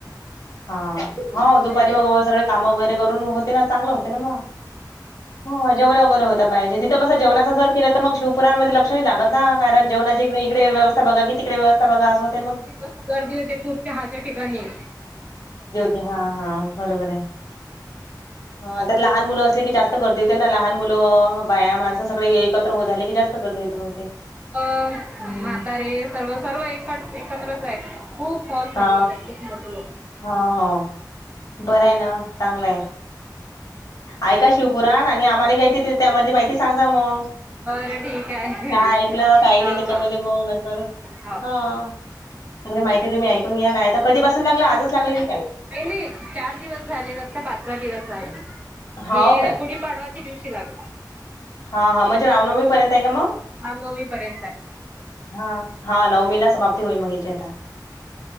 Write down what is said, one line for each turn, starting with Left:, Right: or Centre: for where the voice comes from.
Left: हा,
Right: तुमचं चांगलं
Left: हाव, दुपारी
Right: आहे
Left: मग सगळे काम वगैरे करून होते ना, चांगलं होते ना मग. हा जेवल्यावर बरं होतात बाया, तिथं कसं जेवणाच जर केलं, तर मग शिवपुरांनमध्ये लक्ष नाही लागत. हा कारण जेवणाची इकडे इकडे व्यवस्था बघा की, तिकडे व्यवस्थ बघा अस होत
Right: ते कस गर्दी होते खूप चहाच्या ठिकाणी.
Left: हा बरोबर आहे, लहान मुलं असले की, जास्त गर्दी हो ते ना लहान मुलं, बाया माणसं सगळे एकत्र झाले की, जास्त गर्दी होते मग ते
Right: म्हातारे
Left: हो.
Right: सर्व सर्व एक एकत्रच आहेत. खूप हॉल भरलेला
Left: हा
Right: आहे, खूप मोठे लोकायेत.
Left: हा हं, बरय ना, चांगलंय. ऐका शिव पुराण आणि आम्हाला गय त त्या मधली माहिती सांगा मग.
Right: बरं ठीक आहे
Left: काय ऐकलं, काही
Right: हा
Left: नाही त्याच्यामध्ये,
Right: हा
Left: मग नंतर
Right: हो.
Left: हा सगळी माहिती तुम्ही ऐकून घ्या, काय तर कधीपासून लागलं? आजच लागलं की काय?
Right: नाही नाही. चार दिवस झाले, आता पाचवा दिवस आहे.
Left: हो
Right: हे
Left: काय
Right: गुढीपाडवा च्या दिवशी लाग
Left: हा हा म्हणजे रावनवमीपर्यंत आहे का मग?
Right: हा नवमीपर्यंत.
Left: हा, हा नवमीला समाप्ती होईल, मग याची आता.